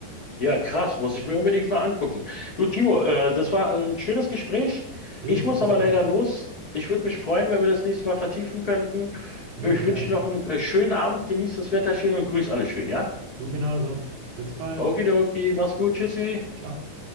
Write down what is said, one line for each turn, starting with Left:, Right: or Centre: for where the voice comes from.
Left: Ja, krass, muss ich mir unbedingt mal angucken. Du, Timo, äh, das war ein schönes Gespräch.
Right: Jo,
Left: Ich
Right: fand
Left: muss aber
Right: ich auch.
Left: leider los. Ich würde mich freuen, wenn wir das nächste Mal vertiefen könnten.
Right: Jo,
Left: Ich
Right: gerne.
Left: wünsche dir noch einen äh, schönen Abend, genieß das Wetter schön und grüß alle schön, ja?
Right: Du genauso. Bis bald.
Left: Okidoki, mach's gut, tschüssi.
Right: Ciao.